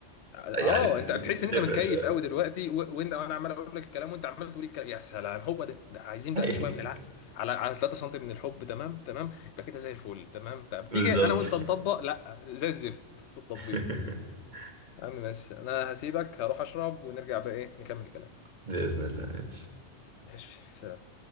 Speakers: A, on the left (about 70°); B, on the right (about 40°).
A: اه
B: يعني بت-
A: انت
B: بت-
A: بتحس
B: بتفرق
A: ان انت متكيف
B: شويه
A: قوي دلوقتي و- وانت وانا عمال اقول لك الكلام وانت عمال تقول الكلام يا سلام هو ده, ده عايزين
B: <laughs>
A: بقى شويه من العقل على على 3 سم من الحب تمام تمام يبقى كده زي الفل تمام طب
B: بالظبط
A: تيجي انا وانت نطبق لا زي الزفت في التطبيق
B: <laughs>
A: يا عم ماشي انا هسيبك هروح اشرب ونرجع بقى ايه نكمل الكلام
B: بإذن الله
A: ماشي سلام